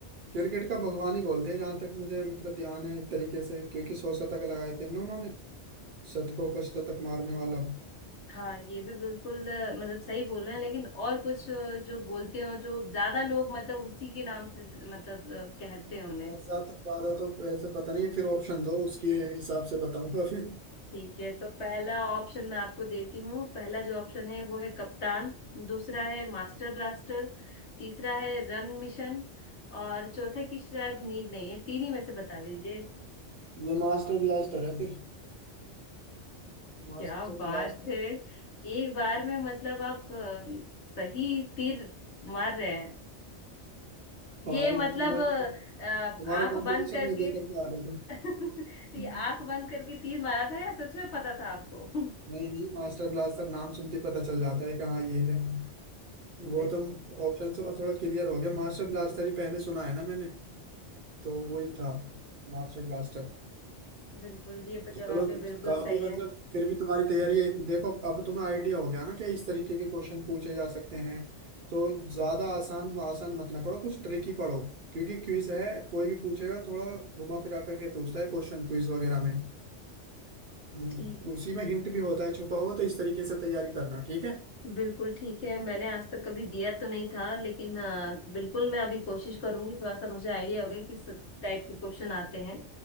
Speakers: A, on the right (about 60°); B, on the left (about 70°).
A: क्रिकेट का भगवान ही बोलते हैं जहां तक मुझे मतलब ध्यान है एक तरीके से क्योंकि सौ शतक लगाए थे ना उन्होंने शतकों का शतक मारने वाला
B: हाँ ये भी बिल्कुल अ, मतलब सही बोल रहे हैं लेकिन और कुछ अ, जो बोलते हैं और जो ज्यादा लोग मतलब उसी के नाम से ज- मतलब अ, कहते हैं उन्हें
A: ऐसा तो ज्यादा तो ऐसे पता नहीं है फिर ऑप्शन दो उसके हिसाब से बताऊंगा फिर
B: ठीक है तो पहला ऑप्शन मैं आपको देती हूँ पहला जो ऑप्शन है वो है कप्तान दूसरा है मास्टर ब्लास्टर तीसरा है रन मिशन और चौथे की शायद नीड नहीं है तीन ही में से बता दीजिए
A: ये मास्टर ब्लास्टर है फिर मास्टर
B: क्या बात
A: ब्लास्टर
B: है एक बार में मतलब आप अ, सही तीर मार रहे हैं ये
A: हाँ इसमें
B: मतलब
A: तो तुम-
B: अ, आंख
A: तुम्हारा कंपटीशन
B: बंद करके
A: मैं देख करके आ रहा
B: <laughs> तो ये
A: था
B: आंख बंद करके तीर मारा था या सच में पता था आपको <laughs>
A: नहीं नहीं मास्टर ब्लास्टर नाम सुनते ही पता चल जाता है कहाँ ये है वो
B: बिल,
A: तो ऑप्शन से और थोड़ा क्लियर हो गया मास्टर ब्लास्टर ही पहले सुना है ना मैंने तो वही था मास्टर ब्लास्टर
B: बिल्कुल ये
A: चलो
B: जवाब भी बिल्कुल
A: काफी
B: सही है
A: मतलब फिर भी तुम्हारी तैयारी है। देखो अब तुम्हें आइडिया हो गया ना कि इस तरीके के क्वेश्चन पूछे जा सकते हैं तो ज्यादा आसान आसान मत ना पढ़ो कुछ ट्रिकी पढ़ो क्योंकि क्विज है कोई भी पूछेगा थोड़ा घुमा फिरा करके पूछता है क्वेश्चन क्विज वगैरह में मतलब
B: ठीक
A: उसी में हिंट भी होता है छुपा हुआ तो इस तरीके से तैयारी करना ठीक है
B: बिल्कुल ठीक है मैंने आज तक कभी दिया तो नहीं था लेकिन अ, बिल्कुल मैं अभी कोशिश करूंगी थोड़ा सा मुझे आइडिया हो गया किस टाइप के क्वेश्चन आते हैं